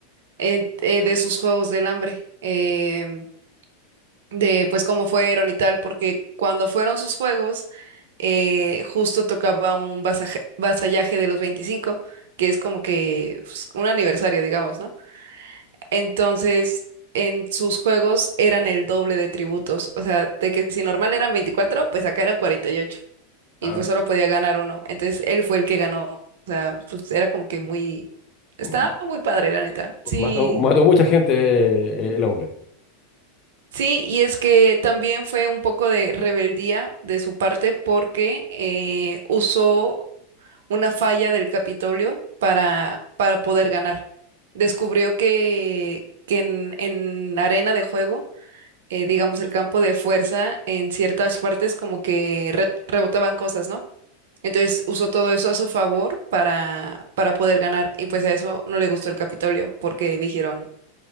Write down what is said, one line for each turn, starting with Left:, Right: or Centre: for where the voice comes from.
Right: en- eh, de sus Juegos del Hambre. Em, de pues cómo fueron y tal, porque cuando fueron sus juegos, eh, justo tocaba un vasaje- vasallaje de los 25 que es como que pues, un aniversario, digamos, ¿no? Entonces, en sus juegos eran el doble de tributos, o sea, de que si normal eran 24 pues acá eran 48, y ocho, y
Left: ah,
Right: pues solo podía ganar uno. Entonces, él fue el que ganó, o sea, pues era como que muy... Estaba
Left: m-
Right: muy padre, la neta. Sí,
Left: mató, mató mucha gente eh, el hombre.
Right: Sí, y es que también fue un poco de rebeldía de su parte porque eh, usó una falla del Capitolio para, para poder ganar. Descubrió que, que en, en la arena de juego, eh, digamos el campo de fuerza, en ciertas partes como que re- rebotaban cosas, ¿no? Entonces usó todo eso a su favor para, para poder ganar y pues a eso no le gustó el Capitolio porque dijeron,